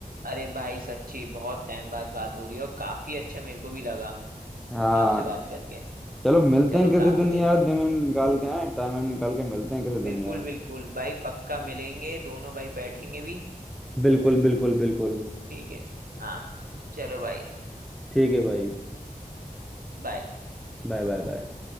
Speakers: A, on the right (about 75°); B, in the centre.
A: अरे भाई सच्ची बहुत टाइम बाद बात हो रही हो काफी अच्छा मेरे को भी लगा
B: हाँ
A: आपसे बात करके
B: चलो मिलते
A: चलो
B: हैं किसी
A: काफी
B: दिन
A: देर
B: यार दिन में निकाल के आए टाइम वाइम निकाल के मिलते हैं किसी दिन
A: बिल्कुल
B: यार
A: बिल्कुल भाई पक्का मिलेंगे दोनों भाई बैठेंगे भी
B: बिल्कुल बिल्कुल बिल्कुल
A: ठीक है हाँ चलो भाई
B: ठीक है भाई
A: बाय
B: Bye bye bye